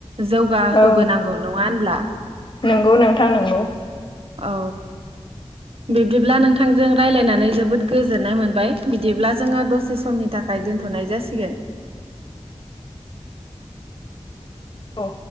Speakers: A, on the right; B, on the left.
A: जौगाहोबोनांगौ
B: औ
A: नङा होनब्ला <inaudible>
B: नंगौ नोंथां नंगौ
A: औ बिब्दिब्ला नोंथांजों रायलायनानै जोबोद गोजोननाय मोनबाय बिदिब्ला जोङो दसे समनि थाखाय दोनथ थ'नाय जासिगोन
B: औ